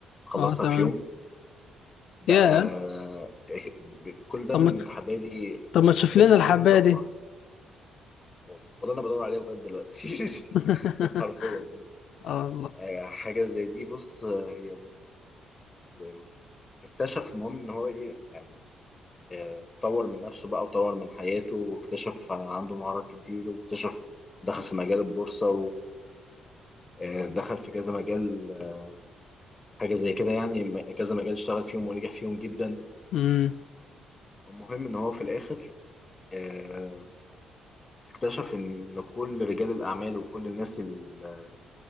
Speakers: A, on the left; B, on the left.
A: خلصها
B: اه تمام
A: في يوم بقى
B: يا
A: آه، كل ده
B: طب
A: من
B: ما
A: حبادي
B: طب ما
A: آه،
B: تشوف
A: فيلم
B: لنا
A: فيلم
B: الحبايه
A: تحفه
B: دي
A: والله انا بدور عليه لغايه دلوقتي <laughs>
B: <laughs>
A: حرفيا
B: اه
A: آه، حاجه زي دي بص آه، هي زي ما اكتشف المهم ان هو ايه يعني آه، طور من نفسه بقى وطور من حياته واكتشف عن- عنده مهارات كتير واكتشف دخل في مجال البورصه آه، دخل في كذا مجال آه، حاجة زي كده يعني م- كذا مجال اشتغل فيهم ونجح فيهم جدا
B: والله
A: المهم ان هو في الاخر آه، اكتشف ان كل رجال الاعمال وكل الناس ال- آه،